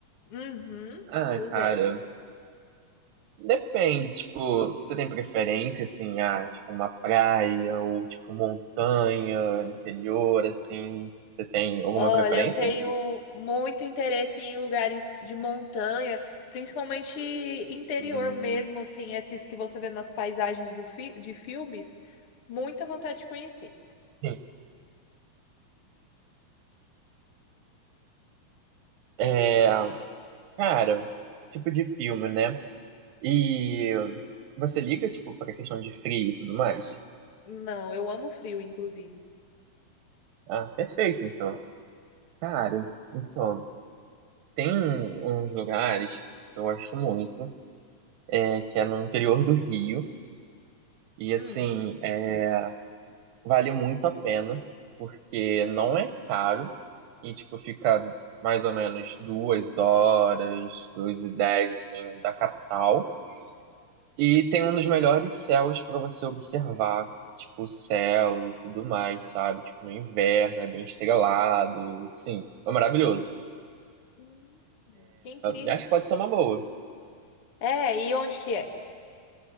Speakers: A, on the left; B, on the right.
A: Uhum,
B: Ah,
A: do
B: cara,
A: zero.
B: depende, tipo, tu tem preferência, assim, ah, tipo, uma praia ou, tipo, montanha, interior, assim, você tem alguma
A: Olha,
B: preferência
A: eu tenho
B: entre...
A: muito interesse em lugares de montanha, principalmente interior
B: Hum,
A: mesmo, assim, esses que você vê nas paisagens do fi- de filmes. Muita vontade de conhecer.
B: sim. É, cara, tipo de filme, né? E você liga, tipo, pra questão de frio e tudo mais?
A: Não, eu amo frio, inclusive.
B: Ah, perfeito, então. Cara, então, tem um- uns lugares que eu gosto muito, é, que é no interior do Rio, e assim,
A: Hum.
B: é, vale muito a pena, porque não é caro, e tipo, fica mais ou menos duas horas, duas e dez, assim, da capital, e tem um dos melhores céus para você observar, tipo, o céu e tudo mais, sabe? Tipo, no inverno, é bem estrelado, sim, é maravilhoso.
A: Hum, Que incrível.
B: Eu Acho que pode ser uma boa.
A: É, e onde que é?